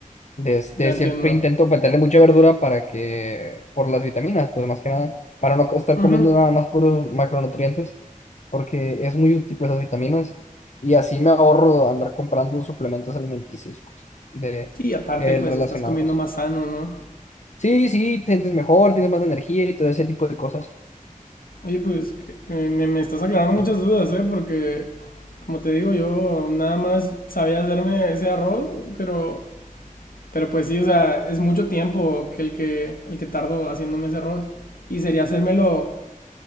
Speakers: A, on the left; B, on the left.
A: Este,
B: Ya entiendo.
A: siempre intento meterle mucha verdura para que, por las vitaminas, pues más que nada, para no estar
B: Ujú.
A: comiendo nada más puros macronutrientes, porque es muy útil pues las vitaminas y así me ahorro andar comprando suplementos alimenticios, pues, de
B: Sí, aparte
A: el
B: pues
A: relacionados.
B: estás comiendo más sano, ¿no?
A: Sí, sí, te sientes mejor, tienes más energía y todo ese tipo de cosas.
B: Oye, pues que- eh, me, me estás aclarando muchas dudas, ¿eh? Porque, como te digo, yo nada más sabía hacerme ese arroz, pero, pero pues sí, o sea, es mucho tiempo que el que, el que tardo haciéndome ese arroz. Y sería hacérmelo,